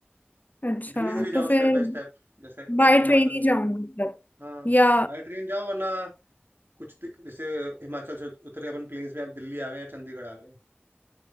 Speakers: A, on the left; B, on the right.
A: अच्छा
B: धीरे धीरे जाओ
A: तो
B: स्टेप
A: फिर
B: बाय स्टेप जैसे
A: बाय
B: हिमाचल
A: ट्रेन ही
B: से
A: जाऊंगी मतलब
B: हाँ
A: या
B: बाय ट्रेन जाओ वरना कुछ दि- जैसे हिमाचल से उतरे अपन प्लेन्स में अब दिल्ली आ गए या चंडीगढ़ आ गए